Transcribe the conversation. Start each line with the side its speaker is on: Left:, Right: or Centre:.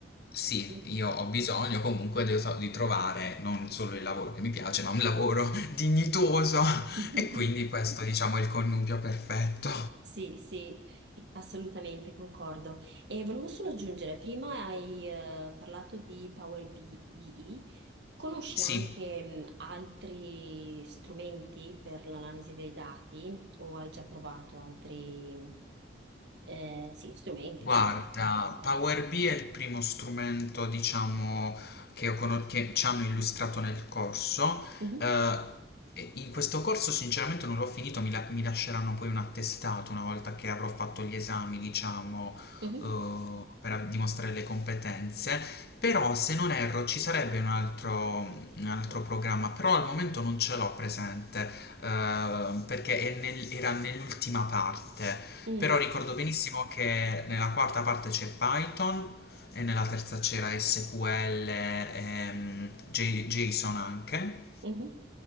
Left: sì,
Right: Sì.
Left: io ho bisogno comunque di, so, di trovare non solo il lavoro che mi piace, ma un lavoro <laughs> dignitoso.
Right: <laughs>
Left: E quindi questo, diciamo, è il connubio perfetto.
Right: Sì, sì, assolutamente, concordo. E volevo solo aggiungere, prima hai eh, parlato di Power B- BI, conosci
Left: Sì.
Right: anche mh, altri strumenti per l'analisi dei dati o hai già provato altri mm, eh, sì, strumenti,
Left: Guarda,
Right: insomma? Guarda.
Left: Power BI è il primo strumento, diciamo, che, ho conos- che ci hanno illustrato nel corso.
Right: Mhm,
Left: Eh, e in questo corso, sinceramente, non l'ho finito, mi, la- mi lasceranno poi un attestato una volta che avrò fatto gli esami, diciamo,
Right: mhm,
Left: eh, per dimostrare le competenze. Però, se non erro, ci sarebbe un altro, un altro programma, però al momento non ce l'ho presente eh, perché è nel- era nell'ultima parte.
Right: mm,
Left: Però ricordo benissimo che nella quarta parte c'è Python e nella terza c'era SQL, ehm, J- JSON anche.
Right: mhm.